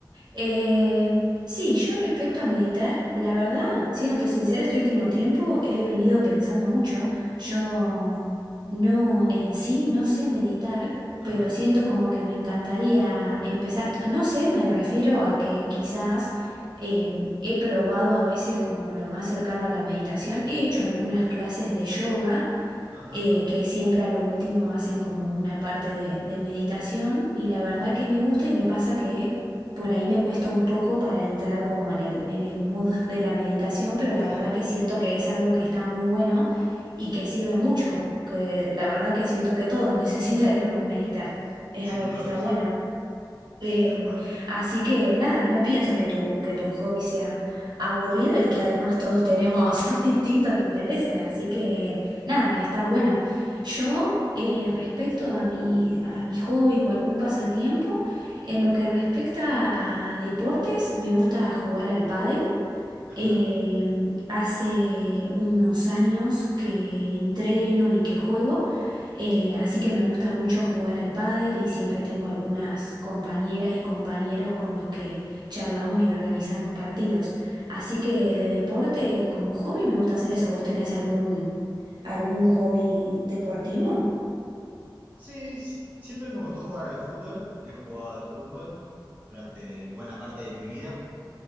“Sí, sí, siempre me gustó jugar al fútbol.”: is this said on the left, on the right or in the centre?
Right